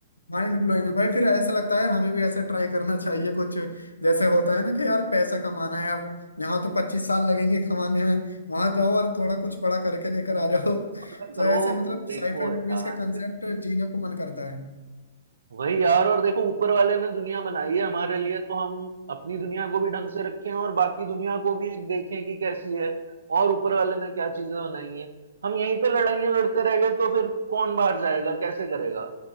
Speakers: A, on the left; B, on the right.
A: माइंड ब्लोइंग है भाई फिर ऐसा लगता है यार हमें भी ऐसा ट्राई करना चाहिए कुछ जैसे होता है ना कि यार पैसा कमाना है अब यहाँ तो पच्चीस साल लगेंगे कमाने में वहां जाओ और थोड़ा कुछ बड़ा करके लेकर आ जाओ
B: पता करो
A: तो ऐसे मतलब
B: कुछ देखो
A: साईफाई
B: यार
A: मूवीज के कंसेप्ट जीने को मन करता है
B: वही यार और देखो ऊपर वाले ने दुनिया बनाई है हमारे लिए तो हम अपनी दुनिया को भी ढंग से रखें और बाकी दुनिया को भी एक देखें कि कैसी है और ऊपर वाले ने क्या चीजें बनाई हैं हम यहीं पे लड़ाइयां लड़ते रह गए तो फिर कौन बाहर जाएगा कैसे करेगा